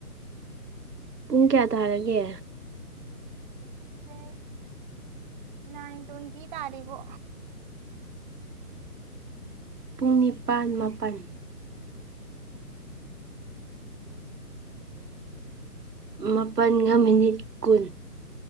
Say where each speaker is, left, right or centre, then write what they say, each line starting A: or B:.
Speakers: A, on the right (about 80°); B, on the right (about 30°).
A: ꯄꯨꯡ ꯀꯌꯥ ꯇꯥꯔꯒꯦ
B: ꯁꯦ ꯅꯥꯏꯟ ꯇ꯭ꯋꯦꯟꯇꯤ ꯇꯥꯔꯤꯔꯤꯕꯣ
A: ꯄꯨꯡ ꯅꯤꯄꯥꯜ ꯃꯥꯄꯜ ꯃꯥꯄꯜꯒ ꯃꯤꯅꯤꯠ ꯀꯨꯟ